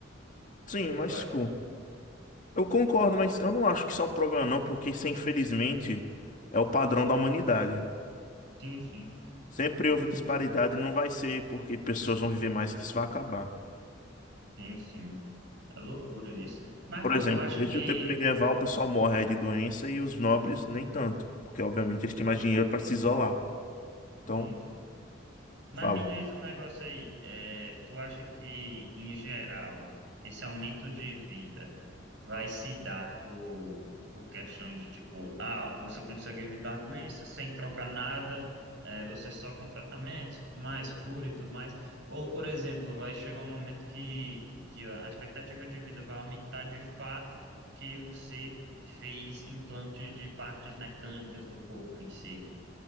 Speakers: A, on the left; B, on the right.
A: Sim,
B: que que
A: mas
B: tu acha?
A: tipo, eu concordo, mas eu não acho que isso é um problema não, porque isso infelizmente é o padrão da humanidade.
B: Sim, sim.
A: Sempre
B: Pô,
A: houve disparidade e não vai ser porque pessoas vão viver mais que isso vai acabar.
B: Sim, sim. É loucura isso. Mas,
A: Por
B: pô,
A: exemplo,
B: tu acha
A: desde
B: que
A: o tempo medieval o pessoal morre aí de doença e os nobres nem tanto, porque obviamente eles têm mais dinheiro para se isolar. Então,
B: Sim, sim. Mas
A: fala.
B: me diz um negócio aí, é, tu acha que, em geral, esse aumento de vida vai se dar por, por questões de tipo, ah, você consegue evitar doenças sem trocar nada, é, você só com tratamento, tudo mais, cura e tudo mais? Ou, por exemplo, vai chegar um momento que, que a expectativa de vida vai aumentar de fato porque você fez implantes de partes mecânicas do corpo em si?